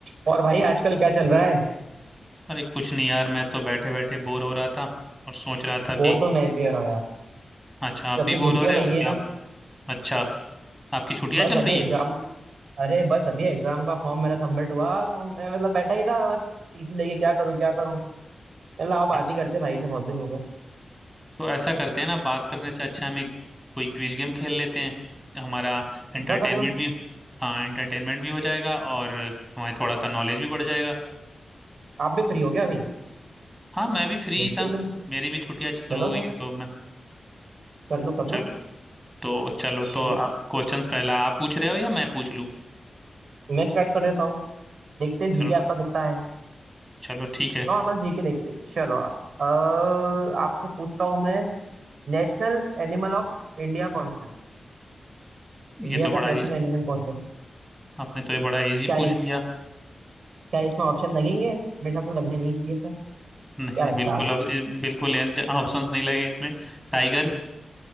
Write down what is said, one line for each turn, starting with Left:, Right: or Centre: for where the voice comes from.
Right: और भाई आजकल क्या चल रहा है
Centre: अरे कुछ नहीं यार मैं तो बैठे बैठे बोर हो रहा था और सोच रहा था
Right: बोर
Centre: कि
Right: तो मैं भी हो रहा हूँ यार
Centre: अच्छा आप
Right: जब
Centre: भी
Right: से
Centre: बोर
Right: छुट्टियां
Centre: हो रहे
Right: लगी
Centre: हो कि
Right: है ना
Centre: आप अच्छा आपकी छुट्टियां
Right: बस
Centre: चल
Right: अभी
Centre: रही
Right: एग्जाम
Centre: हैं
Right: अरे बस अभी एग्जाम का फॉर्म मेरा सबमिट हुआ तो मैं मतलब बैठा ही था बस टीसी लेके क्या करूँ क्या करूँ चलो आप बात
Centre: अच्छा
Right: ही करते भाई से बहुत दिन हो गए
Centre: तो ऐसा करते हैं ना बात करने से अच्छा हम एक कोई क्विज गेम खेल लेते हैं हमारा एंटरटेनमेंट
Right: ऐसा कर लो
Centre: भी हाँ एंटरटेनमेंट भी हो जाएगा और हमारी थोड़ा सा नॉलेज भी बढ़ जाएगा
Right: आप भी फ्री हो गया अभी
Centre: हाँ मैं भी फ्री
Right: बिल्कुल
Centre: ही था
Right: फिर
Centre: मेरी भी छुट्टियां शुरू
Right: चलो
Centre: हो गई
Right: फिर
Centre: हैं, तो मैं
Right: कर लो कर
Centre: चलो
Right: लो
Centre: तो चलो
Right: चलो
Centre: तो आप क्वेश्चंस पहला आप पूछ रहे हो या मैं पूछ लूँ
Right: मैं स्टार्ट कर देता हूँ देखते हैं जीके
Centre: चलो
Right: आपका कितना है
Centre: चलो ठीक है
Right: नॉर्मल जीके देखते हैं। चलो आप अ, आपसे पूछता हूँ मैं नेशनल एनिमल ऑफ इंडिया कौन सा है इंडिया
Centre: ये तो
Right: का
Centre: बड़ा
Right: नेशनल
Centre: ही
Right: एनिमल कौन सा है
Centre: आपने तो ये बड़ा इजी
Right: क्या
Centre: पूछ
Right: इस
Centre: लिया
Right: क्या इसमें ऑप्शन लगेंगे मेरे साथ तो लगने नहीं चाहिए था क्या
Centre: नहीं नहीं
Right: लगता
Centre: बिल्कुल
Right: है आपको
Centre: अब ये- बिल्कुल ऑप्शंस नहीं लगे इसमें टाइगर